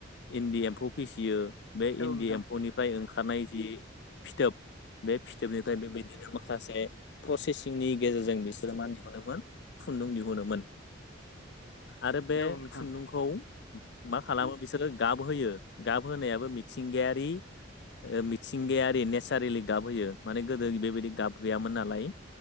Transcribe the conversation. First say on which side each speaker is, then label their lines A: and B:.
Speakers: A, on the left; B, on the left.
A: इन्दि एम्फौ फिसियो बे इन्दि
B: नोंथां
A: एम्फौनिफ्राय ओंखारनाय जि फिथोब बे फिथोबनिफ्राय बेबायदिनो माखासे प्रसेसिंनि गेजेरजों बिसोरो मा दिहुनोमोन खुन्दुं दिहुनोमोन आरो बे
B: औ नोंथां औ नोंथां
A: खुन्दुंखौ मा खालामो बिसोरो गाबहोयो गाब होनायाबो मिथिंगायारि मिथिंगायारि नेचारेलि गाब होयो माने गोदो बेबायदि गाब गैयामोन नालाय